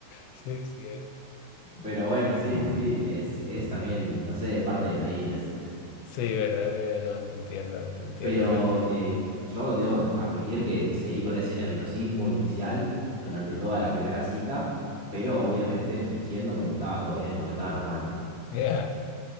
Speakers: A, on the left; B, on the left.
A: Sí, sí,
B: Pero bueno, sí, sí, es, es también, no sé, parte de la vida eso, ¿viste?
A: sí, verdad, eh, no, te entiendo, te entiendo,
B: Pero
A: bueno.
B: eh, yo debo admitir que seguí con ese nerviosismo inicial
A: Ajá.
B: durante toda la primera cita, pero obviamente fingiendo como que estaba todo bien, como que estaba normal, ¿no?
A: Ya.